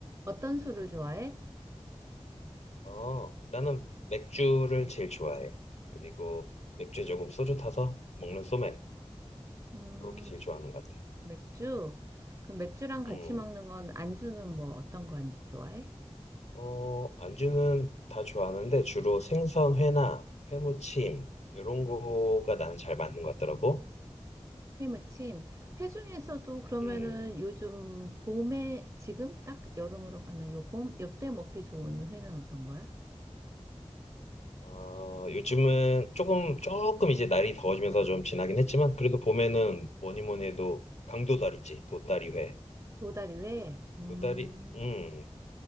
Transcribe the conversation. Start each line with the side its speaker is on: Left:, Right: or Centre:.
Right: 어떤 술을 좋아해?
Left: 어, 나는 맥주를 제일 좋아해. 그리고 맥주에 조금 소주 타서 먹는 소맥.
Right: 음,
Left: 그렇게 제일
Right: 수-
Left: 좋아하는 것 같아.
Right: 맥주? 그럼 맥주랑 같이
Left: 음,
Right: 먹는 건 안주는 뭐 어떤 거 안주 좋아해?
Left: 어, 안주는 다 좋아하는데 주로 생선 회나 회무침, 이런 거가 나는 잘 맞는 것 같더라고.
Right: 회무침. 회 중에서도 그러면은
Left: 음,
Right: 요즘 봄에 지금 딱 여름으로 가는 요 봄, 요때 먹기 좋은 회는 어떤 거야?
Left: 어, 요즘은 조금, 조금 이제 날이 더워지면서 좀 지나긴 했지만, 그래도 봄에는 뭐니 뭐니 해도 강도다리지, 도다리회.
Right: 도다리 회? 음,
Left: 도다리, 음,